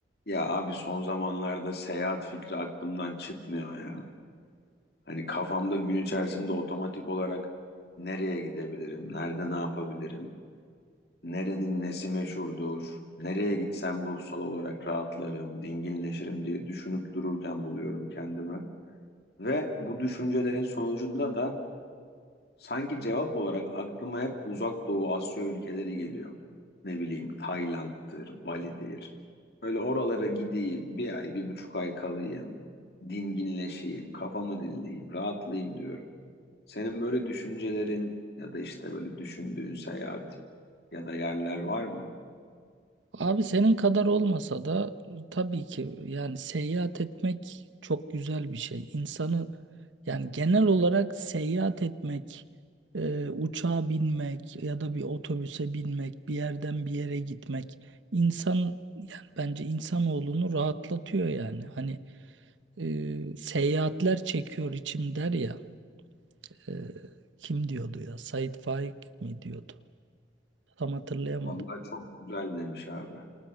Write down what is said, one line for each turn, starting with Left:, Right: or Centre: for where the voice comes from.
Left: Ya abi son zamanlarda seyahat fikri aklımdan çıkmıyor ya. Hani kafamda gün içerisinde otomatik olarak nereye gidebilirim, nerede ne yapabilirim, nerenin nesi meşhurdur, nereye gitsem ruhsal olarak rahatlarım, dinginleşirim diye düşünüp dururken buluyorum kendime. Ve bu düşüncelerin sonucunda da Sanki cevap olarak aklıma hep Uzak Doğu Asya ülkeleri geliyor. Ne bileyim Tayland'dır, Bali'dir. Böyle oralara gideyim, bir ay, bir buçuk ay kalayım, dinginleşeyim, kafamı dinleyeyim, rahatlayayım diyorum. Senin böyle düşüncelerin ya da işte böyle düşündüğün seyahat ya da yerler var mı?
Right: Abi senin kadar olmasa da e, tabii ki yani seyahat etmek çok güzel bir şey. İnsanı yani genel olarak seyahat etmek, e, uçağa binmek ya da bir otobüse binmek, bir yerden bir yere gitmek insan yani bence insanoğlunu rahatlatıyor yani. Hani e, seyahatler çekiyor içim der ya e, kim diyordu ya Sait Faik mi diyordu? Tam hatırlayamadım.
Left: Vallahi çok güzel demiş abi.